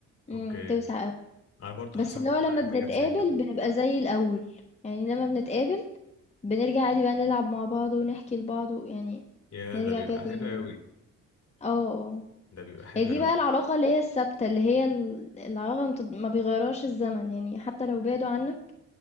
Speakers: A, on the left (about 20°); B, on the left (about 50°).
A: إمم،
B: اوكي
A: بتوسع أوي،
B: انا برضو
A: بس
B: حصل
A: اللي هو لمّا
B: معايا
A: بنتقابل
B: حاجات زي كده
A: بنبقى زي الأول، يعني لمّا بنتقابل بنرجع عادي بقى نلعب مع بعض ونحكي لبعض ويعني
B: يا
A: نرجع
B: ده بيبقى
A: كده تاني
B: حلو قوي
A: يعني. آه، آه.
B: ده بيبقى حلو
A: هي دي
B: قوي
A: بقى العلاقة اللي هي الثابتة اللي هي ال- العلاقة اللي ما بتت- ما بيغيرهاش الزمن يعني حتى لو بعدوا عنك